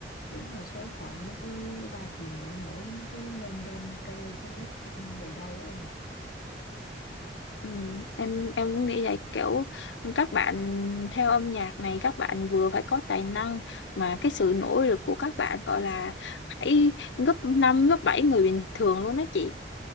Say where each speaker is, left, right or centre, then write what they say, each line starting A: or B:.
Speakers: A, on the left; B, on the left.
A: đúng là số phận nó cứ ba chìm bảy nổi nó cứ lên đơn trôi không biết về đâu á em ạ
B: ừ, em em cũng nghĩ là kiểu các bạn theo âm nhạc này các bạn vừa phải có tài năng mà cái sự nỗ lực của các bạn gọi là phải gấp 5 gấp 7 người bình thường luôn đó chị